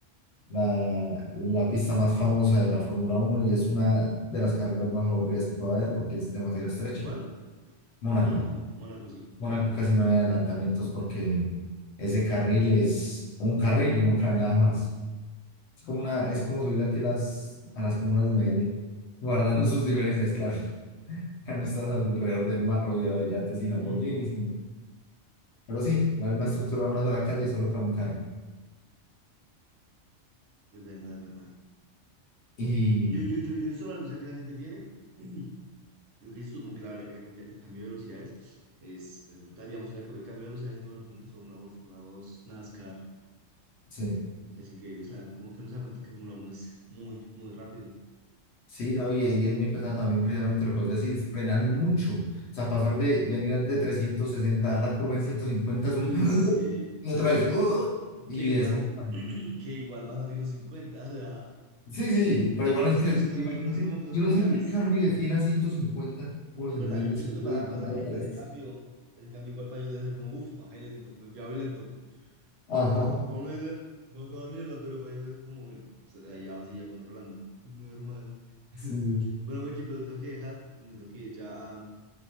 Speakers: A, on the left; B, on the right.
A: la, la pista más famosa de la Fórmula Uno y es una de las carreras más aburridas que puede haber porque es demasiado estrecha.
B: ¿Cuál?
A: Mónaco.
B: Mónaco, Mónaco sí.
A: Mónaco casi no hay adelantamientos porque ese carril es un carril y no cabe nada más. Es como una, es como subir aquí las, a las comunas de Medellín, guardando sus diferencias, claro. <laughs> Acá no estás alrededor del mar rodeado de yates y Lamborghinis,
B: Ujú,
A: ¿no? Pero sí, la misma estructura, de una sola calle y solo cabe un carro.
B: Es verdad, es verdad.
A: Y
B: Yo, yo, yo, yo he visto la velocidad que la gente tiene. <clears throat> Lo que dices tú, como que la verdad que la cambia- el cambio de velocidades es, es brutal. Digamos, el, el cambio de velocidades de por ejemplo, entre Fórmula uno Fórmula dos NASCAR,
A: sí,
B: es increíble. O sea, como que uno se da cuenta que Fórmula uno es muy, muy rápido.
A: Sí, no, y, y es muy pesado también precisamente lo que vos decís, frenan mucho. O sea, pasar de venir de 360, dar la curva en 150 es un...
B: Uy,
A: <laughs>
B: sí.
A: <gasps> Y otra vez, <gasps> y
B: Que igual,
A: eso.
B: va-
A: bueno.
B: <clears throat> que igual vas a ciento cincuenta O sea,
A: Sí, sí, sí, pero igualmente,
B: no es, no es-
A: imagínate,
B: no es- no es como que, no
A: yo
B: es como
A: uno siente
B: que bajes.
A: el cambio de 100 a 150, uno
B: Es
A: sentir
B: verdad, yo,
A: de
B: yo
A: 150
B: creo que para, para esa gente
A: a 3.
B: ese cambio, ese cambio igual para ellos debe ser como, uff, bajé lento, me fui a muy lento. Por
A: Ajá,
B: lo menos para uno de ser, va toda mierda, pero para ellos es como, bueno, pues, ahí ya lo sigue controlando. Es normal. <laughs>
A: sí, sí,
B: Bueno, Meki, pero te tengo que dejar. Me tengo que ir ya a,